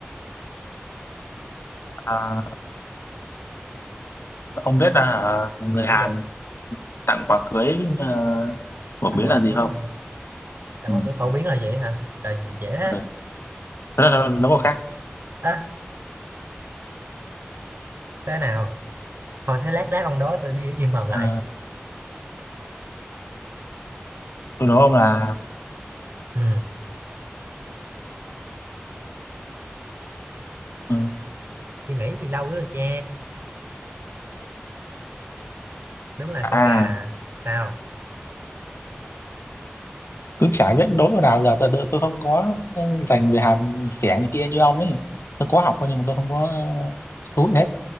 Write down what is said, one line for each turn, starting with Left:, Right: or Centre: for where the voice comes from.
Left: à, ông biết là hả, người Hàn
Right: gì
Left: tặng quà cưới ờ, phổ
Right: tặng
Left: biến
Right: quà
Left: là gì
Right: cưới
Left: không
Right: hả tặng
Left: ừ.
Right: quà cưới phổ biến là gì hả trời dễ thế
Left: Ừ. Thế là nó có khác
Right: à, thế nào thôi thế lát lát ông đói tôi đi im mồm lại
Left: Ờ, từ đó ông là
Right: ừ
Left: ừ.
Right: tôi nghĩ gì lâu nữa rồi cha đúng là con
Left: à
Right: gà sao
Left: cứ chả biết đối vào nào giờ tôi, tôi tôi không có dành về Hàn xẻng này kia như ông ấy tôi có học thôi nhưng mà tôi không có chú hết